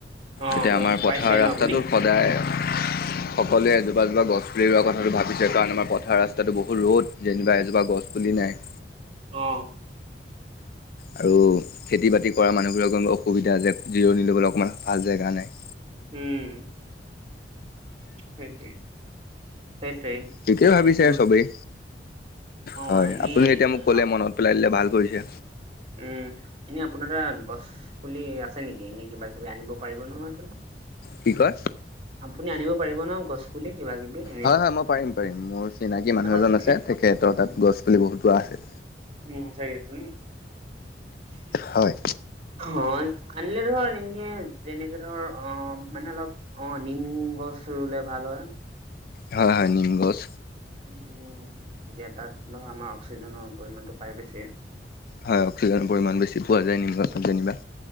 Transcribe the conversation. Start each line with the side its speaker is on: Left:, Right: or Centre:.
Right: অ
Left: এতিয়া
Right: মোক
Left: আমাৰ
Right: পাইছে
Left: পথাৰ
Right: ন
Left: ৰাস্তাটো
Right: আপুনি
Left: সদায়।
Right: উম
Left: সকলোৱে এজোপা এজোপা গছ পুলি ৰোৱা কথা ভাবিছে। কাৰণ আমাৰ পথাৰ ৰাস্তাটো বহুত ৰ'দ যেনিবা এজোপা গছ পুলি নাই।
Right: অহ।
Left: আৰু খেতি বাতি কৰা মানুহবোৰ অকণমান অসুবিধা যে, জিৰণি ল'বলৈ অকণমান ভাল জেগা নাই।
Right: উম। সেইটোৱে সেইটোৱে।
Left: ঠিকেই ভাবিছে
Right: সেইটো
Left: চবেই
Right: অ
Left: হয়।
Right: এনেই
Left: আপুনি এতিয়া মোক ক'লে
Right: আ-
Left: মনত পেলাই দিলে ভাল কৰিছে।
Right: উ'ম এনে আপোনাৰ তাত গছ পুলি আছে নেকি এনেই কিবা কিবি আনিব পাৰিব নহয় আপুনি
Left: কি কয়?
Right: আপুনি আনিব পাৰিব ন গছ পুলি কিবা কিবি এনেই
Left: হয় হয় মই পাৰিম পাৰিম মোৰ চিনাকি মানুহ
Right: ধৰ
Left: এজন আছে তেখেতৰ
Right: উম
Left: তাত গছ পুলি বহুত ৰোৱা আছে।
Right: উম বিচাৰি আছে নেকি
Left: হয়।
Right: অ' আনিলে ধৰ এনেকে যেনেকে ধৰ অ' মানে অলপ অ' নিম গছ ৰুলে ভাল হয়।
Left: হয় হয়, নিম গছ।
Right: উম, উম, তেতিয়া তাত নহয়, আমাৰ অক্সিজেনৰ পৰিমাণটো পাই বেছি।
Left: হয়, অক্সিজেন পৰিমাণ বেছি পোৱা যায় নিমগছত যেনিবা।